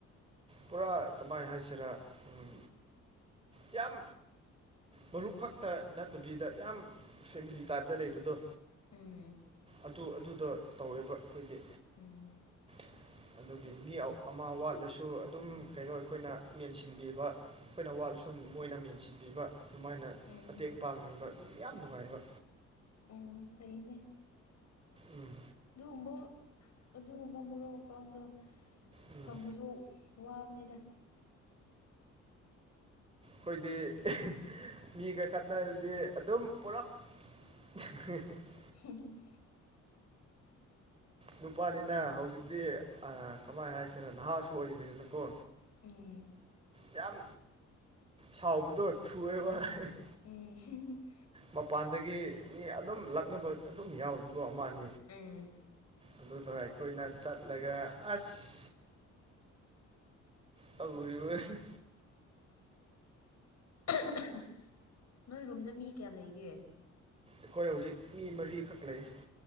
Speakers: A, on the right; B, on the left.
A: ꯄꯨꯔꯥ ꯀꯃꯥꯏ ꯍꯥꯏꯁꯤꯔꯥ ꯎꯝ ꯌꯥꯝ ꯃꯔꯨꯞ ꯈꯛꯇ ꯅꯠꯇꯕꯤꯗ ꯌꯥꯝ ꯐꯦꯃꯤꯂꯤ ꯇꯥꯏꯞꯇ ꯂꯩꯕꯗꯣ
B: ꯎꯝ
A: ꯑꯗꯨ ꯑꯗꯨꯗꯣ ꯇꯧꯋꯦꯕ ꯑꯈꯣꯏꯗꯤ
B: ꯎꯝ
A: <unintelligible> ꯑꯗꯨꯒꯤ ꯃꯤ ꯑꯃ ꯋꯥꯠꯂꯁꯨ ꯑꯗꯨꯝ ꯀꯩꯅꯣ ꯑꯩꯈꯣꯏꯅ ꯃꯦꯟꯁꯤꯟꯕꯤꯕ ꯑꯈꯣꯏꯅ ꯋꯥꯠꯂꯁꯨ ꯃꯣꯏꯅ ꯃꯦꯟꯁꯤꯟꯕꯤꯕ ꯑꯗꯨꯃꯥꯏꯅ
B: ꯎꯝ
A: ꯃꯇꯦꯡ ꯄꯥꯡꯅꯩꯌꯦꯕ ꯑꯗꯨꯒꯤ ꯌꯥꯝ ꯅꯨꯡꯉꯥꯏꯕ
B: ꯎꯝ ꯐꯩꯅꯦ
A: ꯎꯝ
B: ꯑꯗꯨꯒꯨꯝꯕ ꯑꯗꯨꯒꯨꯝꯕ ꯃꯔꯨꯞ ꯃꯄꯥꯡꯗꯣ
A: ꯎꯝ
B: ꯐꯪꯕꯖꯨ ꯋꯥꯕꯅꯤꯗ
A: ꯈꯣꯏꯗꯤ <unintelligible> ꯃꯤꯒ ꯈꯠꯅꯔꯗꯤ ꯑꯗꯨꯝ ꯄꯨꯂꯞ <unintelligible>
B: <unintelligible>
A: ꯅꯨꯄꯥꯅꯤꯅ ꯍꯧꯖꯤꯛꯇꯤ ꯑ ꯀꯃꯥꯏ ꯍꯥꯏꯁꯤꯔ ꯅꯍꯥꯁꯨ ꯑꯣꯏꯕꯅꯤꯅꯀꯣ
B: ꯎꯝ
A: ꯌꯥꯝ ꯁꯥꯎꯕꯗꯣ ꯊꯨꯌꯦꯕ <unintelligible>
B: ꯎꯝ <unintelligible>
A: ꯃꯄꯥꯟꯗꯒꯤ ꯃꯤ ꯑꯗꯨꯝ ꯂꯛꯅꯕ ꯑꯗꯨꯝ ꯌꯥꯎꯏꯀꯣ ꯑꯃꯥ ꯑꯅꯤ
B: ꯎꯝ
A: ꯑꯗꯨꯗ ꯑꯩꯈꯣꯏꯅ ꯆꯠꯂꯒ ꯑꯁ ꯇꯧꯔꯤꯕꯅꯤ
B: <unintelligible> ꯅꯣꯏ ꯔꯨꯝꯗ ꯃꯤ ꯀ꯭ꯌꯥ ꯂꯩꯒꯦ
A: ꯑꯈꯣꯏ ꯍꯧꯖꯤꯛ ꯃꯤ ꯃꯔꯤꯈꯛ ꯂꯩꯌꯦ